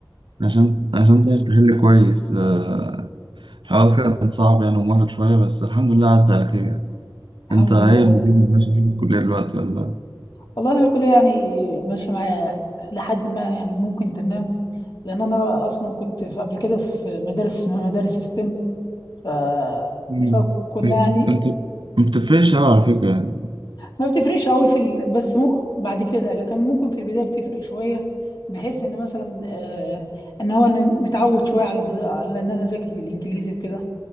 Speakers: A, on the right (about 85°); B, on the left (about 60°).
A: عشان عشان تعرف تحل كويس آه، الحوار كان صعب يعني ومرهق شوية بس الحمد لله عدى على خير
B: الحمد
A: انت ايه
B: لله
A: اللي بيني ماشي في الكلية دلوقتي ولا
B: والله انا الكليه يعني ماشيه معايا لحد ما يعني ممكن تمام لان انا اصلا كنت في قبل كده في مدارس اسمها مدارس ستيم ف
A: مم.
B: فكنا يعني
A: انت ما بتفرقش قوي على فكرة يعني
B: ما بتفرقش قوي في ال... بس مو... بعد كده لكن ممكن في البدايه بتفرق شويه بحيث ان مثلا آه ان هو انا متعود شويه على ض- على ان انا اذاكر بالانجليزي وكده